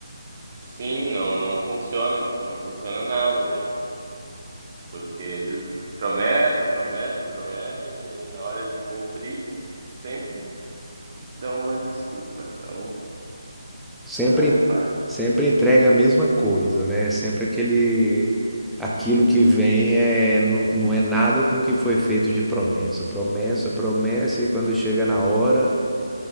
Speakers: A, on the right; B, in the centre.
A: Sim, não, não funciona, não funciona nada daí. Porque eles prometem, prometem, prometem e na hora de cumprir sempre dão uma desculpa. Então
B: Sempre,
A: não é fácil.
B: sempre entrega a mesma coisa, né? Sempre aquele, aquilo que vem é, não, não é nada com o que foi feito de promessa. Promessa, promessa, e quando chega na hora,